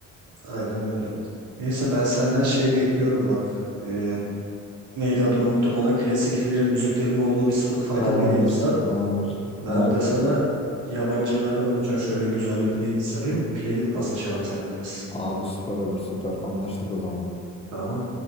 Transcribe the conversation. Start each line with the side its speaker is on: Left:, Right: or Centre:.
Right: Aynen öyle. Neyse ben senden şeyi bekliyorum bak. Ee, neydi adını unuttum ana klasikleri, müziklerin olduğu bir Spotify'dan
Left: Tamamdır,
Right: playlist at.
Left: tamamdır.
Right: Ben
Left: Muhakkak.
Right: de sana yabancılardan oluşan şöyle güzel bir playlist yapayım. Playlist paslaşalım seninle biz.
Left: Abi süper olur, süper. Anlaştık o zaman.
Right: Tamam.